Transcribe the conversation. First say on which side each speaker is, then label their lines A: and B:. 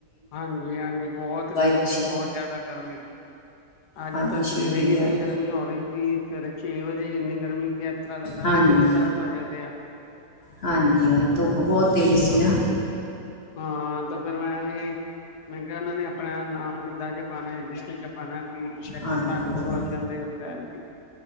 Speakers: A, on the left; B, on the left.
A: ਹਾਂਜੀ ਹਾਂਜੀ, ਬੋਤ ਗਰਮੀ
B: ਦਾ ਸ਼ਹੀ
A: ਬੌਤ ਜਾਦਾ ਗਰਮੀ। ਅੱਜ
B: ਹਾਂਜੀ
A: ਤਾਂ
B: ਸ਼ਹੀਦੀ
A: ਸਵੇਰੇ
B: ਦਿਹਾੜਾ
A: ਈ ਏਨੀ ਗਰਮੀ ਹੋ ਰਈ ਸੀ। ਸਵੇਰੇ ਛੇ ਵਜੇ ਹੀ ਇੰਨੀ ਗਰਮੀ ਸੀ, ਐਸ ਤਰਾ ਲੱਗਦਾ
B: ਹਾਂਜੀ
A: ਪਿਆ ਸੀ ਬੀ ਦਸ ਬਜੇ ਦੇ ਆ।
B: ਹਾਂਜੀ, ਅੱਜ ਧੁੱਪ
A: ਹੂੰ,
B: ਬੌਤ ਤੇਜ਼ ਸੀ
A: ਬਹੁਤ
B: ਨਾ।
A: ਕੁਛ ਹਾਂ, ਤੋ ਫਿਰ ਮੈਂ ਵੀ ਮੈਂ ਕਿਆ ਔਨਾਂ ਨੇ ਅਪਣਾ ਨਾਮ ਕਿੱਦਾਂ ਜ ਪਾਣੀ, ਹਿੰਦੀ ਚ ਜਪਾਣੈ ਕਿ ਦੇਖੋ
B: ਹਾਂਜੀ
A: ਧੰਨ
B: ਹੋਰ
A: ਗੁਰੂ ਅਰਜਨ ਦੇਵ ਸੈਬ ਜੀ।